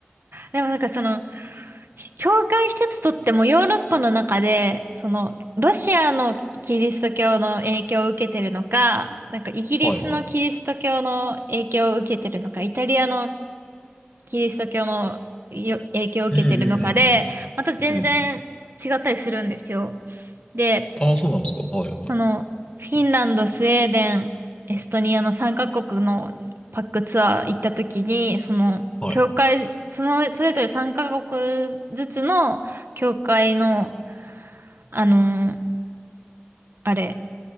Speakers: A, on the right; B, on the left.
A: でもなんかその、教会一つとってもヨーロッパの中で、その、ロシアのキリスト教の影響を受けてるのか、なんかイギリスのキリスト教の影響を受けてるのか、
B: はいはい。
A: イタリアのキリスト教のよ影響を受けてるのかで、
B: うんう
A: また全然違ったりするんですよ。
B: んうんうん。うん。
A: で、
B: ああ、そうなんですか。はいはい。
A: その、フィンランド、スウェーデン、エストニアの3カ国のパックツアー行った時に、その、
B: はい。
A: 教会、その、それぞれ3カ国ずつの教会の、あのーあれ、